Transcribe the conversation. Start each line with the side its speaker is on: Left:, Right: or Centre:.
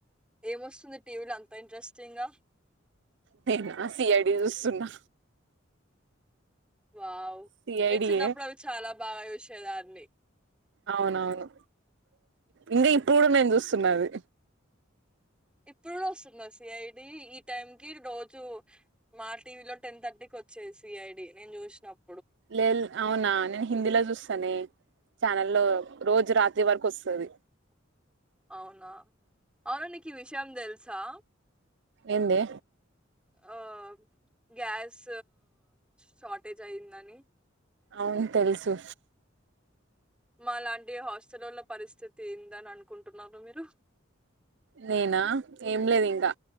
Centre: ఏమొస్తుంది టీవీలో అంత ఇంట్రెస్టింగ్
Right: నేనా సియడి చూస్తున్నా
Centre: వావ్
Right: సిఐడియే
Centre: నేన్ చిన్నప్పుడు అవి చాలా బాగ చూసే దాన్ని
Right: అవునవును ఇంకా ఇప్పుడు మేమ్ చూస్తా తున్నది
Centre: ఇప్పుడు వస్తుందా సిఐడి ఈ టైం కి రోజు మా టీవీ లో టెన్ థర్టీకి వచ్చేది సిఐడి నేను చూసినప్పుడు
Right: లేల్ అవునా నేను హిందీలో చూస్తానే ఛానల్లో రోజు రాత్రి వరకు వస్తది
Centre: అవునా అవును నీకు ఈ విషయం తెలుసు సా
Right: ఎందె
Centre: ఓ గ్యాస్ షార్టేజ్ అయ్యందని
Right: అవున్ తెలుసు
Centre: మా లాంటి హాస్టలోల్ల పరిస్థితి ఏందని అనుకుంటున్నారు మీరు
Right: నేనా ఏం లేదు ఇంకా